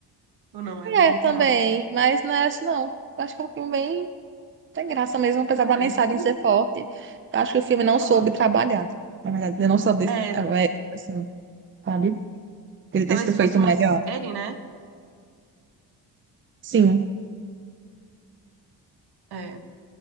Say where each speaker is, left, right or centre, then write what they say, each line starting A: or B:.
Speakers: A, on the right; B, on the right.
A: Ou não, é bem
B: é
A: literal
B: também,
A: mesmo.
B: mas não é isso não. Eu Acho que é um filme bem Tem graça mesmo, apesar
A: É,
B: da mensagem ser forte. Eu acho que o filme não
A: uhum.
B: soube trabalhar. Na verdade, ele não soube,
A: É,
B: é, é, assim, sabe? Ele ter
A: talvez
B: sido
A: se
B: feito
A: fosse uma
B: melhor.
A: série, né?
B: Sim.
A: É,